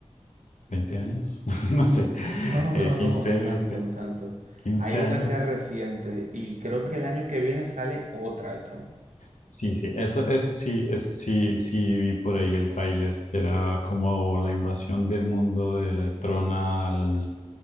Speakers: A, on the left (about 80°); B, on the right (about 85°).
A: ¿20 años? <laughs> No sé,
B: No,
A: eh,
B: no, no,
A: 15,
B: no
A: 20,
B: tanto, no tanto.
A: 15
B: Hay una
A: años.
B: que es reciente y creo que el año que viene sale otra de Tron.
A: Sí, sí, eso, eso sí, eso sí, sí vi por ahí el tráiler, que era como la invasión del mundo de Tron al,